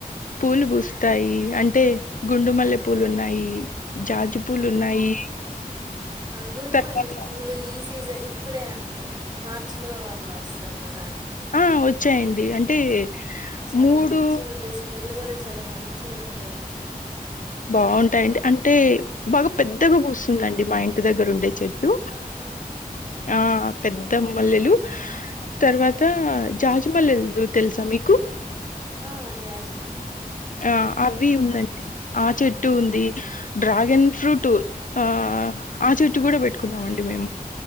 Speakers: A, on the left (about 60°); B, on the right (about 30°).
A: పూలు పూస్తాయి అంటే గుండు మల్లె పూలు ఉన్నాయి జాజ్ పూలు ఉన్నాయి
B: గుండుమల్లి
A: తర్వాత
B: పూలు ఈ సీజన్ ఇప్పుడే అనుకోండి మార్చిలో లాస్ట్ వస్తుంది కదా అని
A: ఆ వచ్చాయండి అంటే
B: చాలా
A: మూడు
B: మంచిగా ఉంటాయి స్మెల్ కూడా చాలా మంచిగా ఉంటుంది
A: బాగా ఉంట్ అయ్ అండి అంటే బాగా పెద్దగా పూస్తుంది మా ఇంటి దగ్గర ఉండే చెట్టు
B: ఆహా!
A: ఆ పెద్ద మల్లెలు తర్వాత జాజి మల్లెలు తెలుసా మీకు
B: ఆ జాజి మల్లె
A: ఆ అవి ఉందండి ఆ చెట్టు ఉంది డ్రాగన్ ఫ్రూట్ ఆ ఆ చెట్టు కూడా పెట్టుకున్నామండి మేము